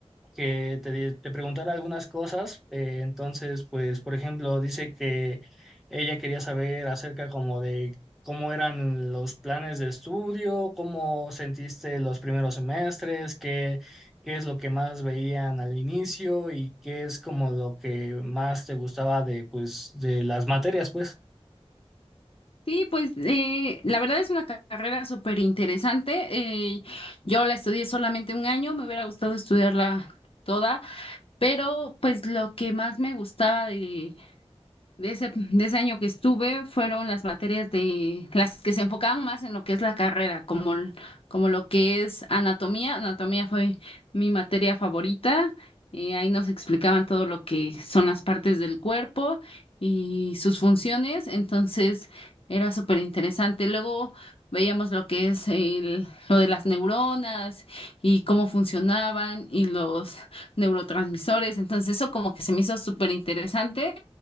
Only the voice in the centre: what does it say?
que te, di- te preguntara algunas cosas. eh, entonces, pues, por ejemplo, dice que ella quería saber acerca como de cómo eran los planes de estudio, cómo sentiste los primeros semestres, qué, qué es lo que más veían al inicio y qué es como lo que más te gustaba de, pues, de las materias, pues.